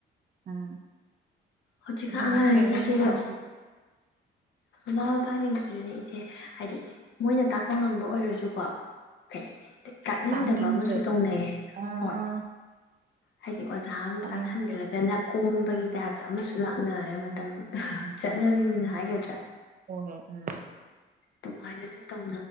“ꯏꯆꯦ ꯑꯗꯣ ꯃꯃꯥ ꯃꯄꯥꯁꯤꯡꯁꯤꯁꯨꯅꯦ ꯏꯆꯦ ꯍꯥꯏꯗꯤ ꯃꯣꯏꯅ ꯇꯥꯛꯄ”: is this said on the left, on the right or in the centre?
Left